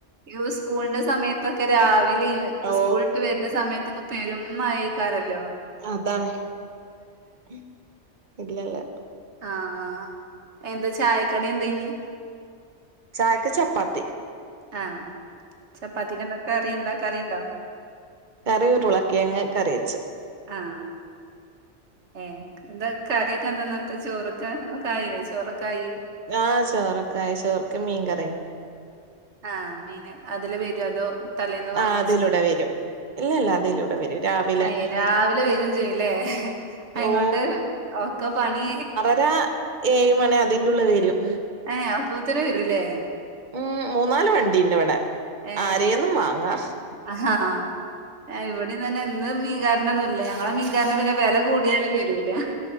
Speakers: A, on the right (about 70°); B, on the right (about 40°).
A: യു സ്കൂളിന്റെ സമയത്ത് ഇപ്പൊക്കെ രാവിലെയും
B: ഓ
A: സ്കൂലുട്ട് വരുന്ന സമയത്തൊക്കെ പെരുംമഴയ്ക്കാരല്ലോ
B: അതാണ് <unintelligible>
A: ആഎന്താ ചായക്കടി എന്തേന്
B: ചായക്ക് ചപ്പാത്തി
A: ആ ചപ്പാത്തിക്കെന്ത കറി എന്താ കറിണ്ട
B: കറി ഉരുളക്കിയങ് കറി വെച്ച്
A: ആ ഏ എന്താ കറിയൊക്കെ എന്താന്നത്തെ ചോറൊക്കെ ആയില്ലേ ചോറൊക്കെ ആയി
B: ആചോറൊക്കെയായി ചോറക്ക് മീകറി
A: ആ മീന് അതിലെവരോ അതോ തലേന്ന് വാങ്ങിച്ചതോ
B: ആ അതിലൂടെ വരും ഇല്ലല്ല അതിലൂടെ വരും രാവിലെ
A: അ രാവിലെ
B: വരും
A: വരും ചെയ്യല്ലേ അയികൊണ്ട്
B: ഓ
A: ഒക്കെ പണി
B: ആ ഏഴ് മണി അതിന്റെ ഉള്ളി വരും
A: ഏ അപ്പൂത്തിന് വരൂലേ
B: മ്മ് മൂന്നാല് വണ്ടിണ്ട് വിടെ
A: ഏഹ്
B: ആരെയൊന്നും വാങ്ങാ
A: ആ ഇവിടെ തന്നെ ഇന്ന് മീ കാരണൊന്നുമല്ല ഞങ്ങളെ പിന്നെ വില കൂടിയാല് വരൂല